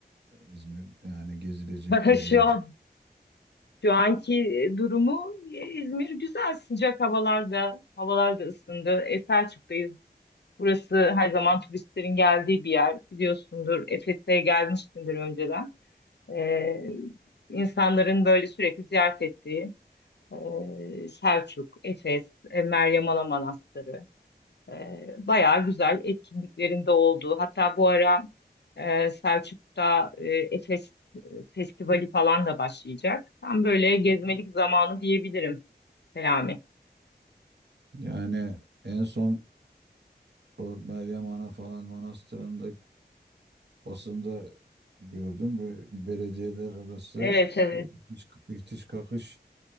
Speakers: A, on the right (about 80°); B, on the left (about 75°).
A: İzmir? Yani gezilecek,
B: <laughs>
A: tozulacak.
B: Şu an şu anki e, durumu e, İzmir güzel sıcak havalarda havalar da ısındı. E, Selçuk'tayız. Burası her zaman turistlerin geldiği bir yer biliyorsundur. Efes'e gelmişsindir önceden. E, insanların böyle sürekli ziyaret ettiği e, Selçuk, Efes, e, Meryem Ana Manastırı. E, bayağı güzel etkinliklerinde olduğu. Hatta bu ara e, Selçuk'ta e, Efes e, Festivali falan da başlayacak. Tam böyle gezmelik zamanı diyebilirim Selami.
A: Yani en son o Meryem Ana falan manastırında basında gördüm. Böyle belediyeler arası
B: Evet evet.
A: ihtiş, ihtiş kakış